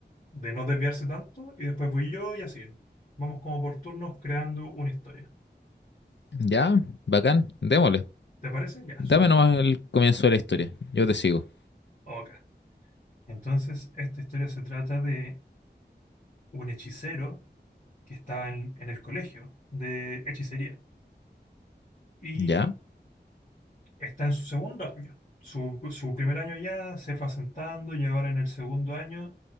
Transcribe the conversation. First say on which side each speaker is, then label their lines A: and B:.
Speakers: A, on the left (about 45°); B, on the left (about 80°).
A: de no desviarse tanto, y después voy yo y así. Vamos como por turnos creando una historia.
B: ya. Bacán. Démosle.
A: ¿Te parece? Ya,
B: Dame
A: súper.
B: nomás el comienzo de la historia. Yo te sigo.
A: Ok. Entonces, esta historia se trata de un hechicero que estaba en, en el colegio de hechicería. y
B: Ya.
A: está en su segundo año. Su, su primer año ya se fue asentando y ahora en el segundo año